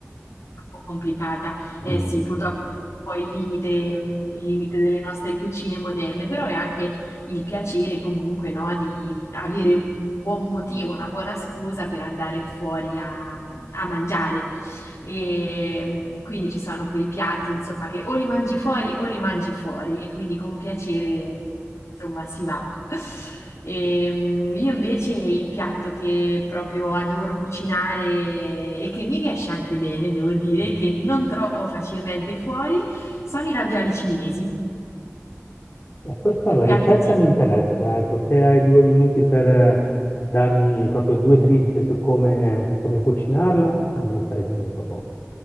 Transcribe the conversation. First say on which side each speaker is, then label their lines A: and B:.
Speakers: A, on the left; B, on the left.
A: po' complicata. Eh
B: Mm. Mm.
A: sì, purtroppo questo è un po' il limite, mh, il limite delle nostre cucine moderne, però è anche il piacere comunque, no, di avere un buon motivo, una buona scusa per andare fuori a, a mangiare. E, mh, quindi ci sono quei piatti, insomma, che o li mangi fuori o li mangi fuori e quindi con piacere insomma, si va. Ehm, io invece il piatto che proprio adoro cucinare e che mi riesce anche bene, devo dire,
B: <laughs>
A: che non trovo facilmente fuori, sono i ravioli cinesi.
B: Eh, Questa
A: È
B: la
A: un piatto
B: ricetta
A: sì,
B: mi interessa, ecco, se hai due minuti per eh, darmi proprio due dritte su come, come cucinarla, mi faresti un favore.